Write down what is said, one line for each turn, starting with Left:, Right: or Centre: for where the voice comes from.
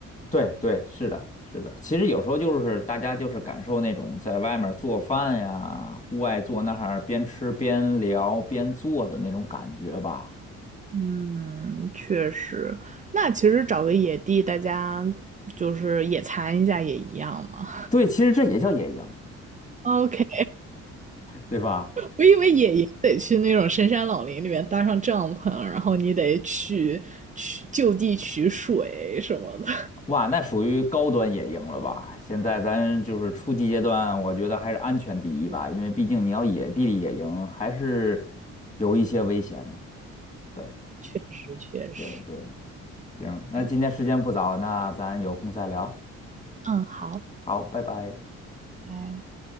Left: 对对，是的，是的。其实有时候就是大家就是感受那种在外面做饭呀，户外坐那儿边吃边聊边做的那种感觉吧。
Right: 嗯，确实。那其实找个野地，大家就是野餐一下也一样嘛。
Left: 对，其实这也叫野营，
Right: OK，
Left: 对吧？
Right: 我以为野营得去那种深山老林里面搭上帐篷，然后你得去取就地取水什么的。
Left: 哇，那属于高端野营了吧？现在咱就是初级阶段，我觉得还是安全第一吧，因为毕竟你要野地里野营，还是有一些危险的。对
Right: 确实确实，
Left: 对对，行，那今天时间不早，
Right: 对，
Left: 那咱有空再聊。
Right: 嗯，好，
Left: 好，拜拜。
Right: 拜。